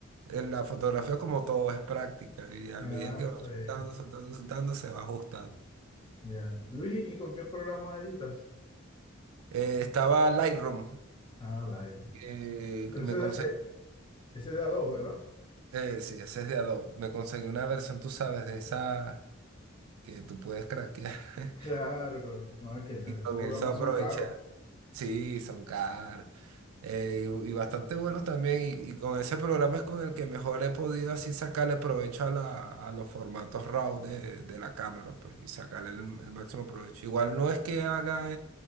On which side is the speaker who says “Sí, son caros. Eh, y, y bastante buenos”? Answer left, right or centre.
Right